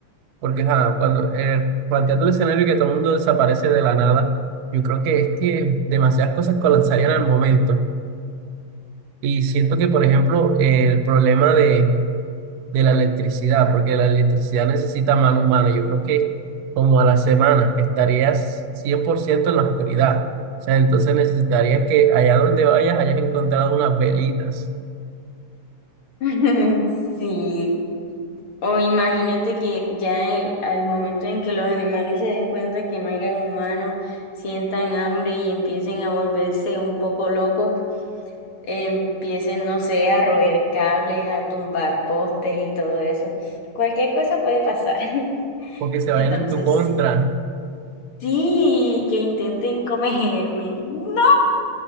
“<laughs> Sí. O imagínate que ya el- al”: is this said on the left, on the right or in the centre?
Left